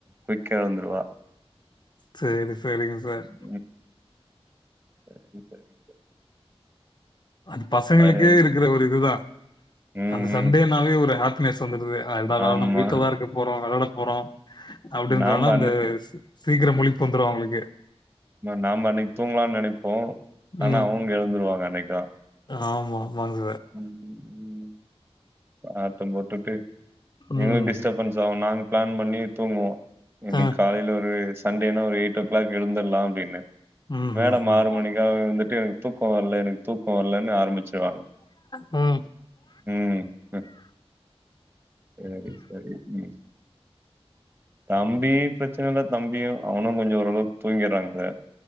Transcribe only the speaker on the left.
செரி செரிங்க சார்
அது பசங்களுக்கே
இருக்கிற ஒரு இதுதா
அந்த சண்டேனாலே
ஒரு ஹாப்பினஸ் வந்துடுது அ நம்ம
வீட்லதா இருக்க போறோ விளாட போறோ அப்டிந்தனா
அந்த
சீக்கிரோ முழிப்பு வந்துரு அவுங்ளுக்கு
ம்.
ஆமா ஆமாங்க
ம்.
ஆ.
ம்ஹ்ஹ்ம்.
ம்.
ம்